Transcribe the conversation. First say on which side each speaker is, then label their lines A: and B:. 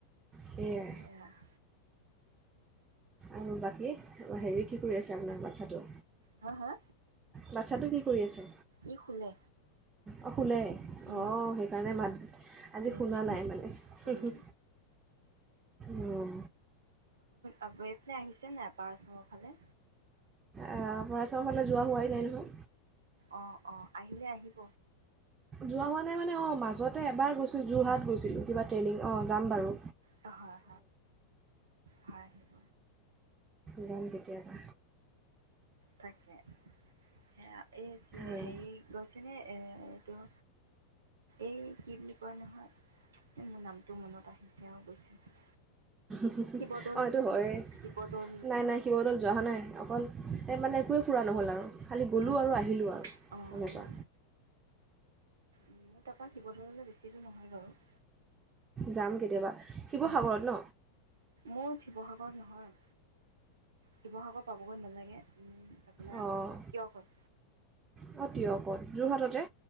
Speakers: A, on the right; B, on the right.
A: সেয়াই
B: সেয়া <inaudible>
A: আৰু বাকী হেৰি কি কৰি আছে আপোনাৰ বাচ্ছাটো?
B: হা হা
A: বাচ্ছাটো কি কৰি আছে?
B: ই শুলে
A: অঁ শুলে অঁ
B: উম
A: সেইকাৰণে মাত
B: সেইটোৱে
A: আজি শুনা নাই মানে, হি
B: উম
A: হি অঁ
B: আপোনাৰ এইফালে আহিছে নাই আপাৰ আসাম ৰ ফালে,
A: অঁ আপাৰ আসাম ফালে যোৱা হোৱা নাই নহয়?
B: অঁ অঁ আহিলে আহিব
A: যোৱা হোৱা মানে অঁ য'তে এবাৰ গৈছোঁ যোৰহাট গৈছিলোঁ কিবা ট্ৰেইনিং অঁ যাম বাৰু
B: ত হয় হয় আহিব
A: জাম কেতিয়াবা
B: তাকে সে এই
A: অঁ
B: হেৰি গৈছেনে? এই কিয়? এই কি বুলি কয় নহয়, মোৰ নামটো মনত আহিছে আৰু গৈছে।
A: <inaudible>
B: শিৱদৌল
A: অ' এইটো হয়ে
B: শিৱদৌল
A: নাই -নাই শিৱদৌল যোৱা হোৱা নাই। অকল এই মানে একোৱেই ফুৰা নহ'ল আৰু। খালি গ'লো
B: অঁ
A: আৰু আহিলোঁ আৰু
B: অঁ
A: এনেকোৱা।
B: অঁ মোৰ তাৰপা শিৱদৌললৈ বেছি দূৰ নহয় বাৰু।
A: যাম কেতিয়াবা। শিৱসাগৰত
B: উম,
A: ন
B: মোৰ শিৱসাগৰত নহয়। শিৱসাগৰ পাবগৈ নালাগে। আপোনাৰ
A: অহ
B: কিয় কয়
A: -অহ দিয়ক ক'ত যোৰহাটতে?